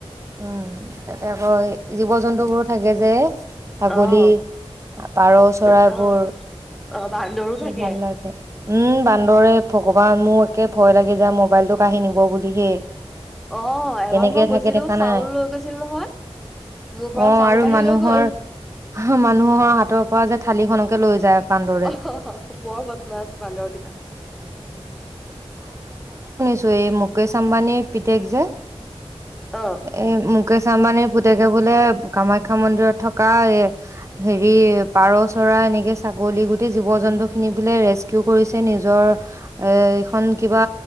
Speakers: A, on the right (about 30°); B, in the centre.
A: উম, তাতে আকৌ এ, জীৱ-জন্তুবোৰো থাকে যে। ছাগলী,
B: অ',
A: পাৰ চৰাইবোৰ।
B: অ', অ', বান্দৰো থাকে।
A: এ ভাল লাগে। উম, বান্দৰে, ভগৱান! মোৰ একে ভয় লাগে যে মোবাইলটোক কাঢ়ি নিব বুলি হেই।
B: অ',
A: কেনেকে
B: এবাৰ মই গৈছিলো
A: থাকে দেখা
B: চাউল
A: নাই?
B: লৈ গৈছিল নহয়, মোৰ পৰা
A: অ',
B: চাউল
A: আৰু
B: কাঢ়ি
A: মানুহৰ,
B: লৈ গ'ল।
A: মানুহৰ হাতৰ পৰা যে থালি খনকে লৈ যায় বান্দৰে।
B: অ', বৰ বদমাছ বান্দৰকিতা
A: চো এই মুকেশ আম্বানীৰ পিতেক যে,
B: অ'।
A: এই মুকেশ আম্বানীৰ পুতেকে বোলে কামাখ্যা মন্দিৰত থকা এ, হেৰি পাৰ চৰাই এনেকে ছাগলী গুট জীৱ জন্তু খিনি বোলে ৰেস্কিউ কৰিছে? নিজৰ এ এইখন কিবা